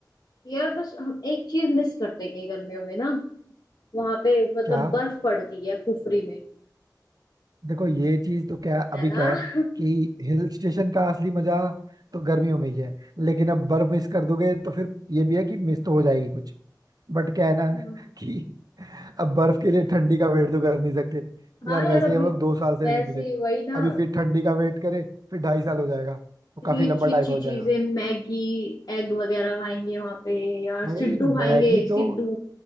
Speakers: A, on the left; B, on the right.
A: यार बस हम एक चीज मिस करते हैं गर्मियों में ना वहां पे मतलब
B: क्या
A: बर्फ पड़ती है कुफरी में
B: देखो ये चीज तो क्या अभी
A: है ना
B: क्या है
A: <laughs>
B: कि हिल स्टेशन का असली मजा तो गर्मियों में ही है लेकिन अब बर्फ मिस कर दोगे तो फिर ये भी है कि मिस तो हो जाएगी कुछ बट क्या है ना
A: हम्म।
B: कि अब बर्फ के लिए ठंडी का वेट तो कर नहीं सकते
A: हाँ
B: यार
A: यार
B: वैसे
A: अभी
B: ही हम लोग दो साल से
A: वैसे
B: नहीं मिले
A: ही वही ना
B: अभी फिर ठंडी का वेट करें फिर ढाई साल हो जाएगा वो
A: इतनी
B: काफी लंबा
A: अच्छी
B: टाइम
A: अच्छी
B: हो जाएगा
A: चीजें मैगी एग वगैरह खाएंगे वहां पे यार
B: भाई
A: सिड्डू खाएंगे
B: मैगी तो
A: सिड्डू